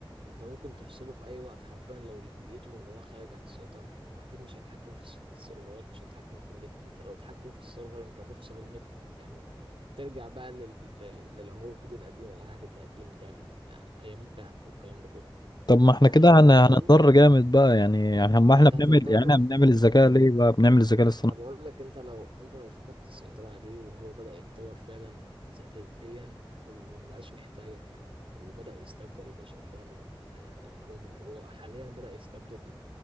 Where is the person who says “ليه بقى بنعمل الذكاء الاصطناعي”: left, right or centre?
Left